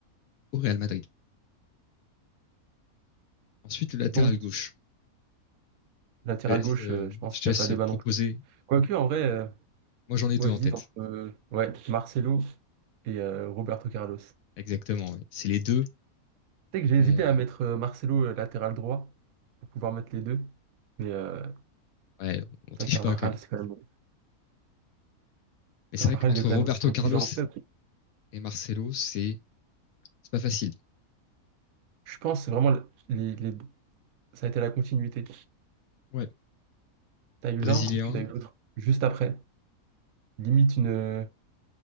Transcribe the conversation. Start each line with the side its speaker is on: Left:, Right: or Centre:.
Left: au Real Madrid. Ensuite, le latéral
Right: Bon,
Left: gauche.
Right: latéral
Left: Je te laisse,
Right: gauche,
Left: euh,
Right: euh, je pense
Left: je
Right: qu'il
Left: te laisse
Right: n'y a pas débat
Left: proposer.
Right: non plus. Quoique, en vrai, euh,
Left: Moi, j'en ai
Right: Moi,
Left: deux
Right: j'hésite
Left: en tête.
Right: entre euh, ouais, Marcelo et euh, Roberto Carlos. Tu
Left: Exactement. ouais. C'est les deux.
Right: sais que j'ai hésité
Left: On,
Right: à mettre euh, Marcelo euh, latéral droit pour pouvoir mettre les deux. Mais euh,
Left: ouais, on triche
Right: ça, Carvajal,
Left: pas quand même.
Right: c'est quand même...
Left: Mais
Right: Carvajal,
Left: c'est vrai qu'entre
Right: il est quand
Left: Roberto
Right: même resté
Left: Carlos
Right: 10 ans en club.
Left: et Marcelo, c'est c'est pas facile.
Right: Je pense que c'est vraiment les, les- ça a été la continuité.
Left: Ouais.
Right: T'as eu
Left: Brésilien,
Right: l'un et puis t'as eu l'autre juste après. Limite une,